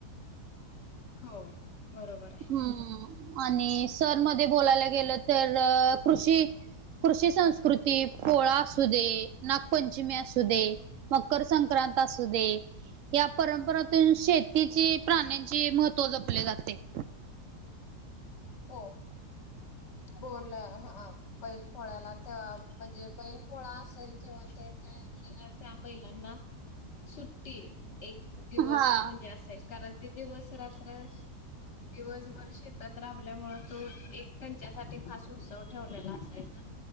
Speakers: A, on the left; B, on the right.
A: हो. बरोबराय.
B: ह् आणि सर मध्ये बोलायला गेलंत तर कृषी - कृषी संस्कृती, पोळा असू दे. नागपंचीमी असू दे. मकरसंक्रांत असू दे. या परंपरातून शेतीची, प्राण्यांची महत्त्व जपले जाते.
A: हो. बोला, हा. बैल पोळ्याला तेव्हा, म्हणजे बैल पोळा असेल किंवा ते त्या वेळेला, त्या बैलांना सुट्टी. एक दिवस
B: हा.
A: म्हणजे असायची. कारण ते दिवस - रात्र शे दिवसभर शेतात राबल्यामुळ. तो एक त्यांच्यासाठी, खास उत्सव ठेवलेला असायचा.